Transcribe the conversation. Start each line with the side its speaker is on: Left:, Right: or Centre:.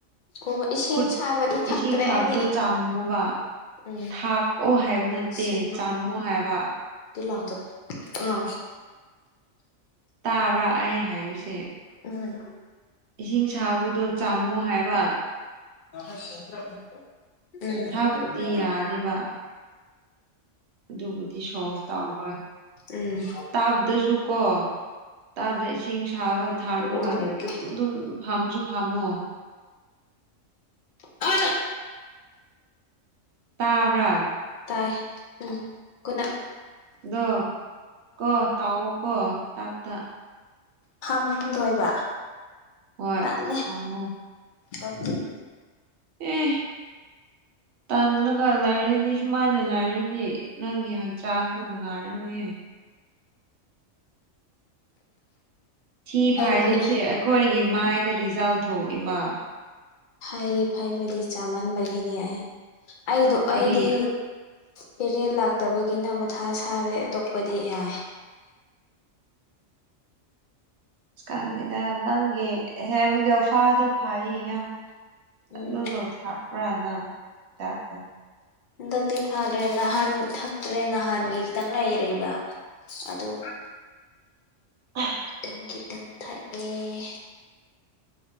Left: ꯑꯣ ꯏꯁꯤꯡ
Right: ꯈꯨꯠ
Left: ꯁꯥꯕꯗꯤ ꯊꯛꯇ꯭ꯔꯦ
Right: ꯏꯁꯤꯡ ꯁꯥꯕꯗꯣ
Left: ꯑꯩꯗꯤ
Right: ꯆꯥꯝꯃꯣꯕ
Left: ꯎꯝ
Right: ꯊꯥꯛꯑꯣ ꯍꯥꯏꯕ ꯅꯠꯇꯦ
Left: ꯁꯤ
Right: ꯆꯥꯝꯃꯣ ꯍꯥꯏꯕ
Left: ꯂꯥꯎꯗ ꯑ
Right: ꯇꯥꯕ꯭ꯔꯥ ꯑꯩꯅ ꯍꯥꯏꯔꯤꯁꯦ
Left: ꯎꯝ
Right: ꯏꯁꯤꯡ ꯁꯥꯕꯗꯣ ꯆꯥꯝꯃꯣ ꯍꯥꯏꯕ
Left: ꯎꯝ
Right: ꯊꯥꯛꯄꯨꯗꯤ ꯌꯥꯅꯦꯕ ꯑꯗꯨꯕꯨꯗꯤ ꯁꯣꯜꯐ ꯇꯧꯔꯣꯏ
Left: ꯎꯝ
Right: ꯇꯥꯞꯗꯁꯨ ꯀꯣ ꯇꯥꯕꯗ ꯏꯁꯤꯡ ꯁꯥꯕ ꯊꯥꯝꯔꯨꯔꯒ
Left: ꯇꯣꯛꯑꯅꯤꯒꯤ
Right: ꯑꯗꯨꯝ ꯐꯝꯁꯨ ꯐꯝꯃꯣ
Left: ꯑ
Right: ꯇꯥꯕ꯭ꯔꯥ
Left: ꯇꯥꯏ ꯎꯝ ꯈꯨꯅꯥ
Right: ꯗꯣ ꯀꯣ ꯇꯎ ꯀꯣ ꯇꯥꯞ ꯇꯥ
Left: ꯐꯝꯗꯣꯏꯕ
Right: ꯍꯣꯏ
Left: ꯇꯥꯅꯦ
Right: ꯊꯝꯃꯣ
Left: ꯑꯣ
Right: ꯑꯦ ꯇꯟꯅ ꯀꯂꯥꯏꯔꯅꯤ ꯁꯨꯃꯥꯏꯅ ꯂꯥꯏꯔ ꯗꯤ ꯅꯪꯒꯤ ꯍꯛꯆꯥꯡꯁꯨ ꯅꯨꯡꯉꯥꯏꯔꯣꯏꯌꯦ ꯁꯤ ꯐꯥꯏꯗꯕꯁꯦ
Left: ꯑꯩꯒꯤ
Right: ꯑꯩꯈꯣꯏꯒꯤ ꯃꯥꯏꯗ ꯔꯤꯖꯥꯜ ꯊꯣꯛꯑꯦꯕ
Left: ꯍꯥꯏꯥꯏꯌꯦ ꯐꯥꯏ ꯆꯥꯃꯟꯕꯒꯤꯅꯦ ꯑꯩ ꯑꯩꯗꯣ
Right: ꯀꯔꯤ
Left: ꯑꯩꯗꯤ ꯄꯦꯔꯦ ꯂꯥꯛꯇꯕꯒꯤꯅ ꯃꯊꯥ ꯁꯥꯔꯦ ꯑꯇꯣꯞꯄꯗꯤ ꯌꯥꯏ
Right: ꯎ ꯀꯪꯗ ꯅꯪꯒꯤ ꯍꯦꯝꯒ ꯐꯥꯗ ꯐꯩꯌꯦ ꯌꯥꯝ
Left: ꯎꯝ
Right: ꯑꯗꯨꯗꯣ ꯊꯥꯛꯄ꯭ꯔꯥꯅ ꯍꯤꯗꯥꯛꯄꯣ
Left: ꯍꯟꯗꯛꯇꯤ ꯊꯥꯗ꯭ꯔꯦ ꯅꯍꯥꯟ ꯊꯛꯇ꯭ꯔꯦ ꯅꯍꯥꯟꯒꯤ ꯈꯤꯇꯪ ꯂꯩꯔꯕ ꯑꯗꯣ
Right: ꯍ
Left: ꯇꯪꯒꯤ ꯇꯪ ꯊꯥꯏ ꯑꯦ